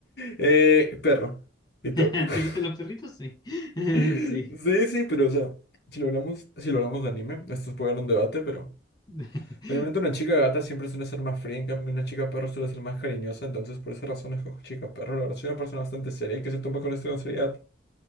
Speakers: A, on the left (about 60°); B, on the left (about 25°).
A: Eh, perro. ¿Y
B: <laughs>
A: tú? <laughs>
B: ¿Te gustan los perritos? Sí. <laughs>
A: Sí,
B: Sí.
A: sí, pero o sea, si lo hablamos, si lo hablamos de anime, esto puede dar un debate, pero
B: <laughs>
A: obviamente una chica gata siempre suele ser más fría, en cambio una chica perro suele ser más cariñosa, entonces por esa razón escojo chica perro. La verdad soy una persona bastante seria y que se toma con esto con seriedad.